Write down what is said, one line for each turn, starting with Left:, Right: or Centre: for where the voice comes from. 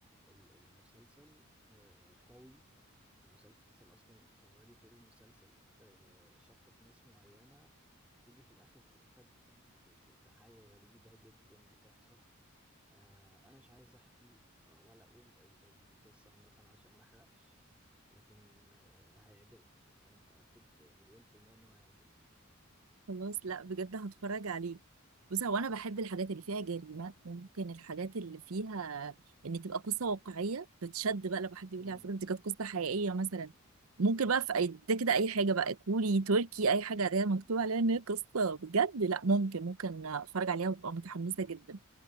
Centre: ال- المسلسل آه قوي المسلسل اصلا تقعدي طول المسلسل آه شاكة في ناس معينة تيجي في الاخر تتفاجئي ب- ب- بحاجة غريبة جدا بتحصل آه، انا مش عايز احكي آه، ولا اقول ال- ال- القصه عامه عشان ما احرقش لكن آه، هيعجبك يعني انا متاكد مليون في الميه انه هيعجبك
Right: خلاص لا بجد هتفرج عليه بص هو انا بحب الحاجات اللي فيها جريمه ممكن الحاجات اللي فيها ان تبقى قصه واقعيه بتشد بقى لما حد يقول
Centre: امم
Right: لي على فكره دي كانت قصه حقيقيه مثلا ممكن بقى في اي ده كده اي حاجه بقى كوري تركي اي حاجه ده مكتوب عليها ان هي قصه بجد لا ممكن ممكن اتفرج عليها وابقى متحمسه جدا